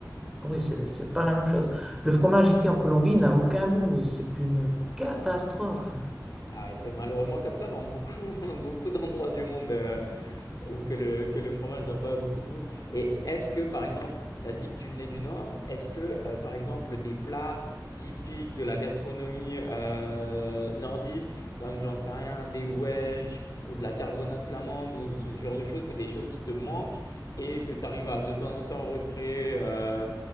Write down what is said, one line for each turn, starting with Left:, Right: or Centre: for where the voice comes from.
Centre: Oui, c'est c'est pas la même chose. Le fromage ici en Colombie n'a aucun goût. C'est une catastrophe.
Left: Ah ouais, c'est malheureusement comme ça dans beaucoup, <laughs> beaucoup d'endroits du monde euh, où que le, que le fromage n'a pas beaucoup de goût. Et est-ce que, par exemple, tu as dit que tu venais du Nord, est-ce que, euh, par exemple, des plats typiques de la gastronomie euh, nordiste, comme j'en sais rien, des Welsh ou de la carbonade flamande ou ce genre de choses, c'est des choses qui te manquent et que tu arrives à de temps en temps recréer euh,